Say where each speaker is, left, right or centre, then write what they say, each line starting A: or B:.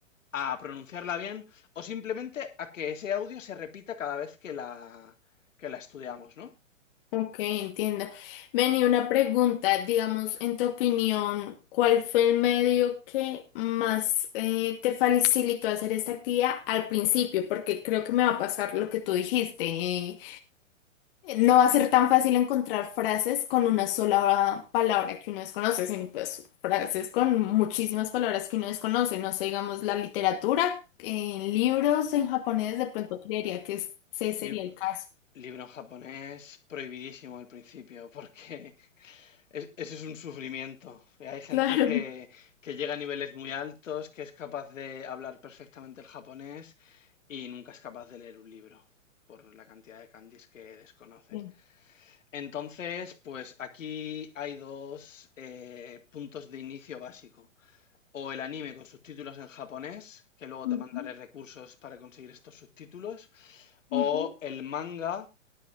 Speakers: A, on the left; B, on the left.
A: a pronunciarla bien o simplemente a que ese audio se repita cada vez que la, que la estudiamos, ¿no?
B: Ok, entiendo. Vení, una pregunta, digamos, en tu opinión, ¿cuál fue el medio que más eh, te facilitó hacer esta actividad al principio? Porque creo que me va a pasar lo que tú dijiste. eh, no va a ser tan fácil encontrar frases con una sola palabra que uno desconoce, sino pues frases con muchísimas palabras que uno desconoce. No sé, digamos, la literatura, en libros en japonés, de pronto creería que ese sería
A: Lib-
B: el caso.
A: libro en japonés prohibidísimo al principio <laughs> porque es- eso es un sufrimiento. Y Hay gente
B: Claro.
A: que, que llega a niveles muy altos, que es capaz de hablar perfectamente el japonés y nunca es capaz de leer un libro por la cantidad de kanjis que desconoce.
B: Sí.
A: Entonces, pues aquí hay dos eh, puntos de inicio básico. o el anime con subtítulos en japonés, que luego
B: Ujú,
A: te mandaré recursos para conseguir estos subtítulos, o
B: ujú.
A: el manga,